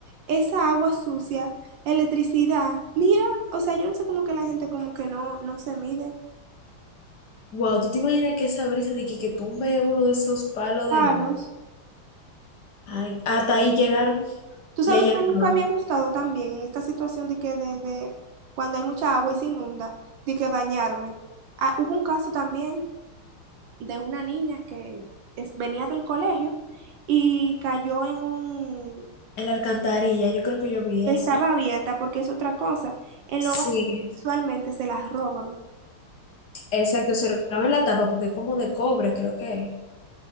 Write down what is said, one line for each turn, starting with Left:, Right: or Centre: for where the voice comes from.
Right: esa agua sucia, electricidad. Mira, o sea, yo no sé como que la gente como que no, no se mide.
Left: Wow, ¿tú te imaginas que esa brisa de que, que tumbe uno de esos palos
Right: Palos.
Left: de luz? Ay, hasta ahí llegaron,
Right: Tú sabes
Left: le llenaron
Right: que nunca me ha gustado también en esta situación de que de, de cuando hay mucha agua y se inunda, de que bañarme. Ah, hubo un caso también de una niña que es- venía del colegio y cayó en un...
Left: en la alcantarilla, yo creo que yo vi
Right: que
Left: eso.
Right: estaba abierta porque es otra cosa. En
Left: Sí,
Right: lo usualmente se las roban.
Left: exacto, se lo clavan en la tapa porque es como de cobre, creo que es,